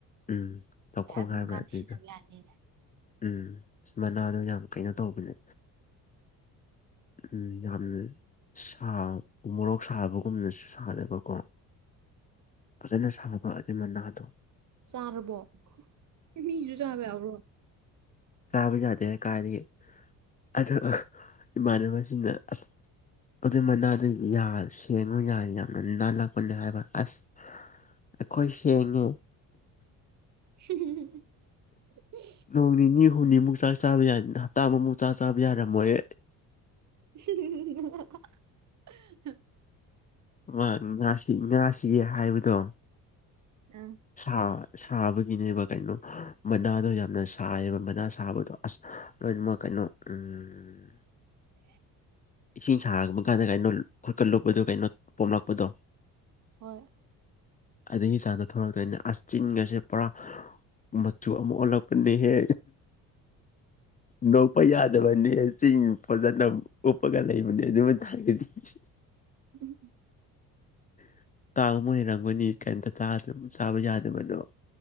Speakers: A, on the left; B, on the right.
A: ꯎꯝ ꯂꯧꯈꯣꯡ
B: ꯑꯦ ꯑꯗꯨꯝ
A: ꯍꯥꯏꯕ꯭ꯔꯥ
B: ꯀꯥꯟꯗ
A: ꯑꯗꯨꯏꯗꯣ
B: ꯁꯤꯖꯤꯟꯅꯕ ꯌꯥꯅꯤꯅꯦ
A: ꯎꯝ ꯃꯅꯥꯗꯣ ꯌꯥꯝ ꯀꯩꯅꯣ ꯇꯧꯕꯅꯦ ꯎꯝ ꯌꯥꯝ ꯁꯥ ꯃꯣꯔꯣꯛ ꯁꯥꯕꯒꯨꯝꯕꯅꯁꯨ ꯁꯥꯗꯕꯀꯣ ꯐꯖꯅ ꯁꯥꯕ ꯑꯗꯨ ꯃꯅꯥꯗꯣ
B: ꯆꯥꯔꯕꯣ ꯃꯤꯁꯨ ꯆꯥꯕ ꯌꯥꯕ꯭ꯔꯣ
A: ꯁꯥꯕ ꯌꯥꯗꯦ ꯀꯥꯢꯗꯒꯤ ꯑꯗ ꯏꯃꯥꯟꯅꯕꯁꯤꯡꯅ ꯑꯁ ꯑꯗꯨ ꯃꯅꯥꯗꯨ ꯌꯥ ꯁꯦꯡꯉꯨ ꯌꯥ ꯌꯥꯝꯅ ꯅꯥꯜꯂꯛꯄꯅꯦ ꯍꯥꯏꯕ ꯑꯁ ꯑꯩꯈꯣꯏ ꯁꯦꯡꯉꯦ
B: <unintelligible>
A: ꯅꯣꯡ ꯅꯤꯅꯤ ꯍꯨꯝꯅꯤꯃꯨꯛ ꯆꯥꯛ ꯆꯥꯕ ꯌꯥ ꯍꯞꯇꯥ ꯑꯃꯃꯨꯛ ꯆꯥꯛ ꯆꯥꯕ ꯌꯥꯔꯝꯃꯣꯏ
B: ꯎ
A: ꯃꯥ ꯉꯥꯁꯤꯒꯦ ꯍꯥꯏꯕꯗꯣ
B: ꯑꯥ
A: ꯁꯥ ꯁꯥꯕꯒꯤꯅꯦꯕ ꯀꯩꯅꯣ ꯃꯅꯥꯗꯣ ꯌꯥꯝꯅ ꯁꯥꯏꯌꯦꯕ ꯃꯅꯥ ꯁꯥꯕꯗꯣ ꯑꯁ ꯂꯣꯏꯅꯃꯛ ꯀꯩꯅꯣ ꯅ ꯎꯪ
B: <inaudible>
A: ꯏꯁꯤꯡ ꯁꯥꯔꯛꯄ ꯀꯥꯟꯗ ꯀꯩꯅꯣ ꯈꯣꯠꯀꯠꯂꯨꯕꯗꯣ ꯀꯩꯅꯣ ꯄꯣꯝꯂꯛꯄꯗꯣ
B: ꯍꯣꯏ
A: ꯑꯗꯒꯤ ꯆꯥꯡꯗ ꯊꯣꯛꯂꯛꯇꯣꯏꯅꯤ ꯑ ꯆꯤꯟꯒꯥꯁꯦ ꯄꯨꯔꯥ ꯃꯆꯨ ꯑꯃ ꯑꯣꯜꯂꯛꯄꯅꯤꯍꯦ ꯅꯣꯛꯄ ꯌꯥꯗꯕꯅꯤ ꯆꯤꯡ ꯐꯖꯅ ꯑꯣꯞꯄꯒ ꯂꯩ ꯃ ꯑꯗꯨ ꯑꯗꯨꯃ ꯊ ꯊꯁꯤ
B: ꯎꯝ ꯎꯝ
A: <unintelligible> ꯂꯩꯔꯝꯒꯅꯤ ꯀꯩꯔꯤꯝꯇ ꯆꯥꯗꯝ ꯆꯥꯕ ꯌꯥꯗꯕꯗꯣ